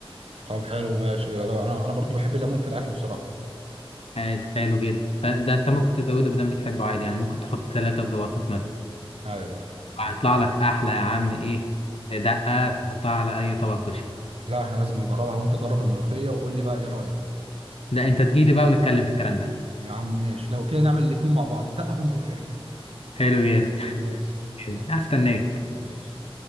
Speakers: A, on the right; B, on the left.
A: طب حلو ماشي يا رب. انا انا برضو بحب الليمون في الاكل بصراحه
B: عادي حلو جدا فده انت ممكن تزوده بدل بتحبه عادي يعني ممكن تحط ثلاثه في وسط مثلا
A: ايوه
B: هيطلع لك احلى يا عم ايه دقه تحطها على اي طبق كشري
A: لا احنا لازم نجربها وانت جرب الملوخيه وقول لي بقى ايه رايك بقى
B: ده انت تجيلي بقى ونتكلم في الكلام ده
A: يا عم ماشي لو كده نعمل الاتنين مع بعض الدقه والملوخيه
B: حلو جدا
A: ماشي
B: طيب،
A: يلا
B: هستناك
A: ماشي